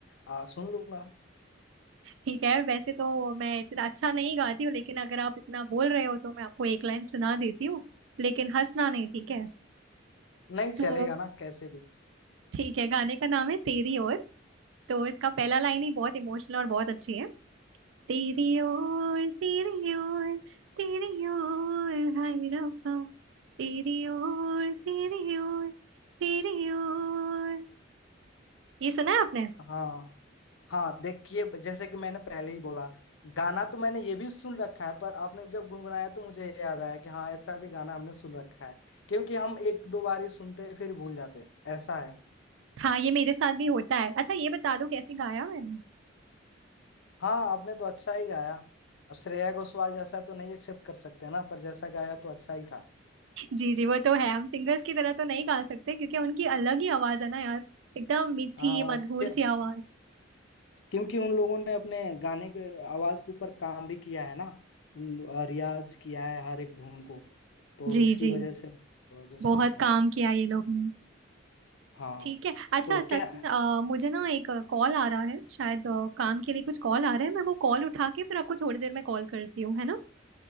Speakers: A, on the left; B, on the right.
A: आ, सुन लूंगा
B: ठीक है वैसे तो मैं इतना अच्छा नहीं गाती हूँ लेकिन अगर आप इतना बोल रहे हो तो मैं आपको एक लाइन सुना देती हूँ लेकिन हंसना नहीं ठीक है
A: नहीं चलेगा
B: तो
A: ना कैसे भी
B: ठीक है गाने का नाम है तेरी ओर तो इसका पहला लाइन ही बहुत इमोशनल और बहुत अच्छी है तेरी ओर तेरी ओर तेरी ओर हाय रब्बा तेरी ओर तेरी ओर तेरी ओर ये सुना है आपने
A: हाँ हाँ देखिए जैसे कि मैंने पहले ही बोला गाना तो मैंने ये भी सुन रखा है पर आपने जब गुनगुनाया तो मुझे याद आया कि हाँ ऐसा भी गाना हमने सुन रखा है क्योंकि हम एक दो बार ही सुनते हैं, फिर भूल जाते हैं। ऐसा है
B: हाँ ये मेरे साथ भी होता है अच्छा ये बता दो कैसे गाया मैंने
A: हाँ आपने तो अच्छा ही गाया अब श्रेया घोषाल जैसा तो नहीं एक्सेप्ट कर सकते ना पर जैसा गाया तो अच्छा ही था
B: जी जी वो तो है हम सिंगर्स की तरह तो नहीं गा सकते क्योंकि उनकी अलग ही आवाज है ना यार एकदम मीठी
A: हाँ
B: मधुर
A: क्यों-
B: सी आवाज
A: क्योंकि उन लोगों ने अपने गाने के आवाज के ऊपर काम भी किया है ना उन अ, रियाज किया है हर एक धुन को तो
B: जी
A: इसी
B: जी
A: वजह से वजह से
B: बहुत
A: होता
B: काम
A: है
B: किया ये लोग ने
A: हाँ
B: ठीक है अच्छा
A: तो
B: सचिन
A: क्या
B: अ, मुझे ना एक कॉल आ रहा है शायद अ, काम के लिए कुछ कॉल आ रहा है मैं वो कॉल उठा के फिर आपको थोड़ी देर में कॉल करती हूँ है ना